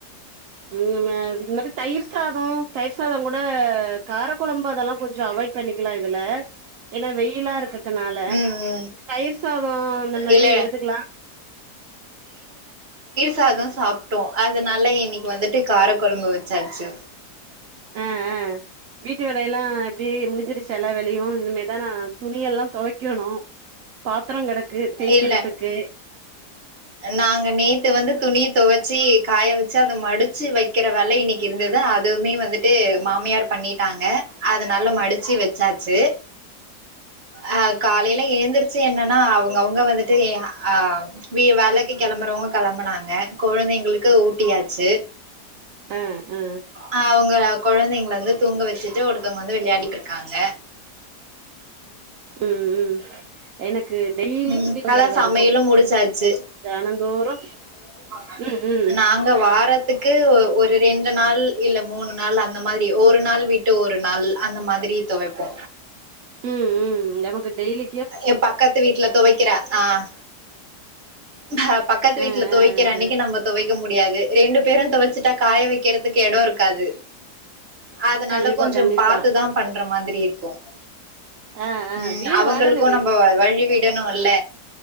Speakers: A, on the right; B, on the right.
A: உண்ணுமே இந்த மாரி தயிர் சாதோ தயிர் சாதோ கூட கார கொழம்பு அதெல்லா கொஞ்சம் அவாய்ட் பண்ணிக்கலா இதுல ஏன்னா வெயிலா இருக்க கனால
B: ம், ம்.
A: தயிர் சாதோ அந்த மாரி
B: இல்ல
A: எடுத்துக்கலா
B: சாதோ சாப்டோ அதுனால இன்னைக்கி வந்துட்டு கார கொழம்பு வச்சாச்சு
A: ஆ ஆ வீட்டு வேலையெல்லா அப்டி முடிஞ்சிருச்சா எல்லா வேலையு இனிமேதா நா துணியெல்லா தொவைக்கணு பாத்ரோ கெடக் க்கு தேய்கிறதுக்கு
B: இல்ல நாங்க நேத்து வந்து துணிய தொவச்சி காய வச்சு அத மடிச்சு வைக்கிற வேல இன்னைக்கி இருந்தது அதுவுமே வந்துட்டு மாமியார் பண்ணிட்டாங்க அது நல்லா மடிச்சு வெச்சாச்சு அ காலையில ஏந்துருச்சு என்னன்னா அவுங்கவுங்க வந்துட்டு எ ஆ வி வேலைக்கி கெளம்புறவங்க கெளம்புனாங்க குழந்தைங்களுக்கு ஊட்டியாச்சு
A: ஆ ஆ
B: ஆ அவுங்க கொழந்தைங்கள வந்து தூங்க வச்சுட்டு ஒருத்தொவுங்க வந்து விளையாடிட்டு இருக்காங்க
A: உம் உம் எனக் கு டெய்லியு
B: ம்
A: துணி துவைக்கிற
B: அதா
A: வேல
B: சமையலு
A: ரொம்போ
B: முடிச்சாச்சு
A: தெனந்தோறு
B: <unintelligible>
A: ம் ம்
B: நாங்க வாரத்துக்கு ஒ ஒரு ரெண்டு நாள் இல்ல மூணு நாள் அந்த மாதிரி ஒரு நாள் விட்டு ஒரு நாள் அந்த மாதிரி தொவப்போ
A: ம் ம் நமக்கு டெய்லி
B: ஏ பக்கத்து வீட்ல தொவைக்கிற ஆஹ் நா பக்கத்து வீட்ல
A: ஆ
B: தொவைக்கிற
A: ஆ ஆ
B: அன்னைக்கி நம்ம தொவைக்க முடியாது ரெண்டு பேரு தொவச்சுட்டா காய வைக்கிறதுக்கு எடோ இருக்காது அதுனால
A: கண்டிப்பா
B: கொஞ்சோ
A: கண்டிப்பா
B: பாத்துதா பண்ற மாதிரி இருக் ருக்கும்
A: ஆ ஆ
B: உம்
A: வீடு
B: அவுங்களுக்கு
A: வாடக
B: நம்ம வழி விடணூல்ல